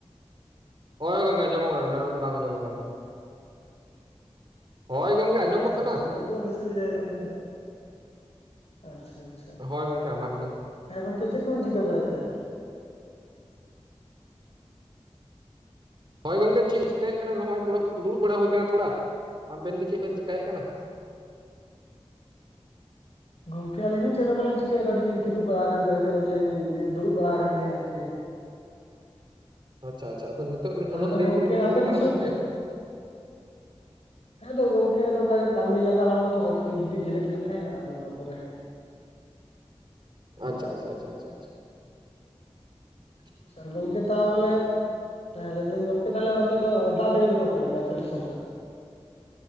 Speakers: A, on the right; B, on the left.
A: ᱦᱚᱭ ᱜᱚᱝᱠᱮ ᱟᱸᱚᱢᱚᱜ ᱠᱟᱱᱟ ᱮᱱᱟᱱᱚ ᱫᱚ ᱵᱟᱝ ᱟᱸᱡᱚᱢᱚᱜ ᱠᱟᱱ ᱛᱟᱦᱮᱱᱟ᱾ ᱦᱚᱭ ᱜᱚᱝᱠᱮ ᱟᱸᱡᱚᱢᱚᱜ
B: ᱟᱪᱪᱷᱟ
A: ᱠᱟᱱᱟ᱾
B: <unintelligible> ᱟᱪᱪᱷᱟ᱾ ᱟᱪᱪᱷᱟ
A: ᱦᱚᱭ ᱜᱚᱝᱠᱮ ᱟᱢᱟᱜ ᱜᱮ?
B: ᱦᱮᱸ ᱜᱚᱝᱠᱮ ᱪᱮᱫ ᱠᱚᱵᱮᱱ ᱪᱤᱠᱟᱹ ᱵᱟᱲᱟᱭᱟ?
A: ᱦᱚᱭ ᱜᱚᱝᱠᱮ ᱪᱤᱜ ᱪᱮᱠᱟᱭᱮᱜ ᱠᱟᱱᱟ ᱱᱚᱜᱼᱚᱭ ᱫᱚᱲᱚᱵ ᱫᱩᱲᱩᱵ ᱵᱟᱲᱟ ᱦᱩᱭ ᱠᱟᱱᱟ ᱛᱷᱚᱲᱟ, ᱟᱵᱮᱱ ᱜᱮ ᱪᱮᱜ ᱵᱮᱱ ᱪᱮᱠᱟᱭᱮᱜ ᱠᱟᱱᱟ?
B: ᱜᱚᱝᱠᱮ ᱟᱹᱞᱤᱧ ᱦᱚᱸ ᱪᱮᱫ ᱦᱚᱸ ᱵᱟᱞᱤᱧ ᱪᱤᱠᱟᱹᱭᱟ ᱠᱟᱹᱴᱤᱡ ᱞᱤᱧ ᱠᱤᱫᱩᱵ ᱵᱟᱲᱟ ᱟᱠᱟᱱᱛᱮ ᱠᱟᱹᱴᱤᱡ ᱟᱫᱚᱞᱤᱧ ᱫᱩᱲᱩᱵ ᱵᱟᱲᱟ ᱟᱠᱟᱱ ᱜᱮᱭᱟ ᱟᱨᱠᱤ᱾
A: ᱟᱪᱪᱷᱟ ᱟᱪᱪᱷᱟ ᱟᱫᱚ ᱱᱤᱛᱚᱜ
B: ᱛᱟᱦᱚᱞᱮ
A: ᱩᱱᱟᱹᱜ
B: ᱫᱚ
A: ᱞᱮᱴ
B: ᱜᱚᱢᱠᱮ
A: ᱵᱮᱱ ᱠᱤᱫᱩᱜ
B: ᱟᱯᱮ
A: ᱠᱟᱱᱟ
B: ᱫᱤᱥᱚᱢ
A: ᱜᱚᱝᱠᱮ?
B: ᱥᱮᱫ <inaudible> ᱦᱮᱸ ᱫᱚ ᱜᱚᱝᱠᱮ ᱟᱫᱚ ᱠᱟᱹᱭ ᱠᱟᱹᱢᱤ ᱞᱟᱸᱜᱟ ᱦᱚᱲᱢᱳ ᱛᱚ ᱠᱟᱹᱴᱤᱡ ᱞᱤᱧ ᱜᱤᱛᱤᱡ ᱡᱤᱨᱟᱹᱜ ᱠᱟᱱ ᱛᱟᱦᱮᱸᱜᱼᱟ ᱟᱫᱚ ᱚᱱᱟ ᱯᱚᱨᱮ
A: ᱟᱪᱪᱷᱟ ᱟᱪᱪᱷᱟ ᱟᱪᱪᱷᱟ ᱟᱪᱪᱷᱟ ᱾
B: ᱥᱟ ᱜᱚᱝᱠᱮ ᱛᱟᱦᱚᱞᱮ ᱛᱟᱦᱞᱮ ᱞᱟᱹᱭ ᱫᱟᱞᱤᱧ ᱜᱚᱝᱠᱮ ᱛᱟᱦᱞᱮ ᱚᱱᱛᱮ ᱫᱚ ᱫᱟᱜ ᱡᱟᱲᱤ ᱠᱚᱫᱚ ᱚᱠᱟᱞᱮᱠᱟ ᱟᱯᱮ ᱫᱤᱥᱚᱢ ᱥᱮᱫ?